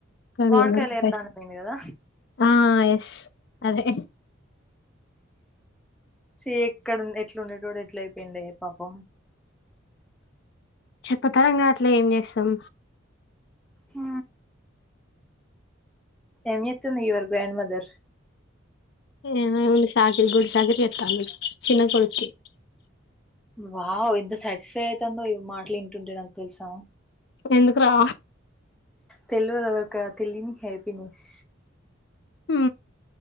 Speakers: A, on the left; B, in the centre.
A: కని
B: మామిడికాయలు
A: ఏమనకు
B: ఏరడానికి
A: పశి
B: పోయిండు కదా
A: ఆ ఎస్ అదే
B: చి ఎక్కడ ఎట్లా ఉండేటోడు ఎట్ల అయిపోయిండే పాపం
A: చెప్పతరంగాట్లే ఏం చేస్తాం
B: ఆ ఏం ఎతుంది యువర్ గ్రాండ్ మదర్
A: ఏ లేద్ ఫుల్లు షాకిరి గొడ్డు షాకిరి ఎత్తంది చిన్న కొడుకి
B: వావ్ ఎంత సాటిస్ఫై అవుతుందో ఇ మాటలు వింటుంటే నాకు తెలుసా
A: ఎందుకు రా
B: తెలివదు అదొక తెలియని హ్యాపీనెస్
A: ఊ